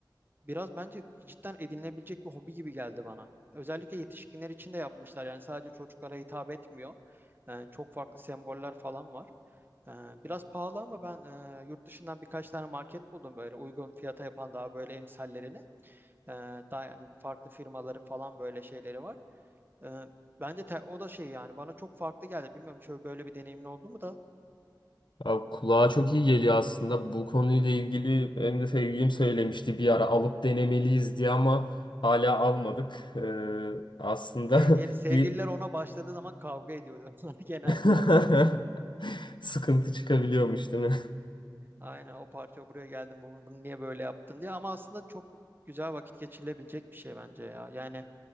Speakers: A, on the right (about 25°); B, on the left (about 75°).
A: biraz bence cidden edinilebilecek bir hobi gibi geldi bana. Özellikle yetişkinler için de yapmışlar. Yani sadece çocuklara hitap etmiyor. Ee, çok farklı semboller falan var. Ee, biraz pahalı ama ben e, yurt dışından birkaç tane market buldum böyle uygun fiyata yapan daha böyle emsallerini. Ee, daha yani farklı firmaların falan böyle şeyleri var. Ee, bence te- o da şey yani bana çok farklı geldi. Bilmiyorum şöyle böyle bir deneyimin oldu mu da.
B: Abi kulağa çok iyi geliyor aslında. Bu konuyla ilgili benim de sevgilim söylemişti bir ara alıp denemeliyiz diye ama hala almadık. Ee, aslında
A: Sevgili,
B: <laughs>
A: sevgililer
B: bir
A: ona başladığı zaman kavga ediyordu <laughs> onlar genelde.
B: <laughs> sıkıntı çıkabiliyormuş değil mi?
A: Aynen o parça buraya geldim bunu, bunu niye böyle yaptın diye ama aslında çok güzel vakit geçirilebilecek bir şey bence ya. Yani